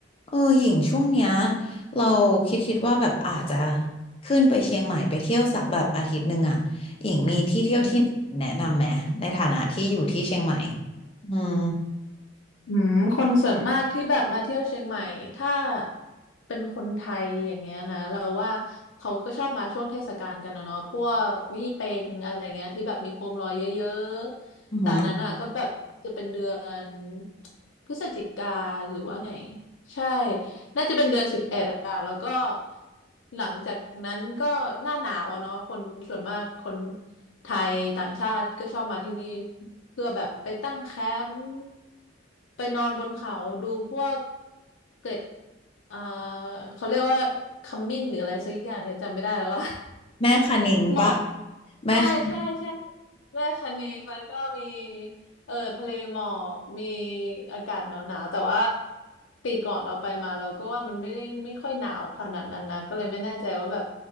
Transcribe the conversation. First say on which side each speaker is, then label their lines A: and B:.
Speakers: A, on the left; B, on the left.
A: เออหญิงช่วงเนี้ยเราคิดคิดว่าแบบอาจจะขึ้นไปเชียงใหม่ไปเที่ยวสักแบบอาทิตย์หนึ่งอ่ะหญิงมีที่เที่ยวที่ไหนแนะนำไหมในฐานะที่อยู่ที่เชียงใหม่
B: อื
A: อืม
B: มคนส่วนมากที่แบบมาเที่ยวเชียงใหม่ถ้าเป็นคนไทยอย่างเงี้ยนะเราว่าเขาก็ชอบมาช่วงเทศกาลกันนะเนาะพวกยี่เป็งอะไรเงี้ยที่แบบมีโคมลอยเยอะๆแต่อันนั้นอ่ะก็แบบจะเป็นเดือน
A: อือหือ
B: พฤศจิกาหรือว่าไงใช่ น่าจะเป็นเดือนสิบเอ็ดอะแล้วก็หลังจากนั้นก็หน้าหนาวอะเนาะคนส่วนมากคนไทยต่างชาติก็ชอบมาที่นี่เพื่อแบบไปตั้งแคมป์ไปนอนบนเขาดูพวกเกล็ดเอ่อเขาเรียกว่าขมิ้นหรืออะไรสักอย่างเนี่ยจำไม่ได้แล้วว่า
A: แม่คะนิงปะ
B: หมอก
A: แม่คะ
B: ใช่ใช่ใช่แม่คะเนงแล้วก็มีเออทะเลหมอกมีอากาศหนาวๆแต่ว่าปีก่อนเราไปมาเราก็ว่ามันไม่ได้ไม่ค่อยหนาวขนาดนั้นนะก็เลยไม่แน่ใจว่าแบบ